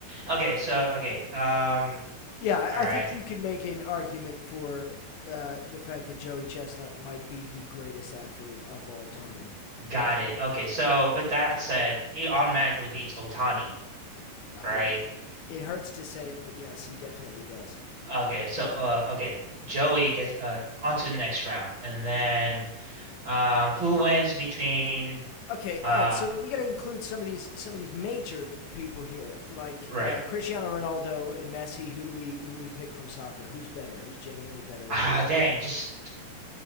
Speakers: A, on the right; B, on the left.
A: okay, so okay. Um,
B: Yeah,
A: all
B: I-
A: right,
B: think you can make an argument for uh, the fact that Joey Chestnut might be the greatest athlete of all time.
A: got it. Okay, so with that said, he automatically beats Otani,
B: I
A: right?
B: it hurts to say it, but yes, he definitely does.
A: Okay, so uh okay. Joey gets uh on to the next round and then um who wins between
B: Okay,
A: uh
B: all right. So we got to include some of these some of these major people here, like
A: right.
B: uh, Cristiano Ronaldo and Messi. Who do we who do we pick from soccer? Who's better? Who's genuinely better?
A: Ah
B: If there is
A: dang,
B: one,
A: just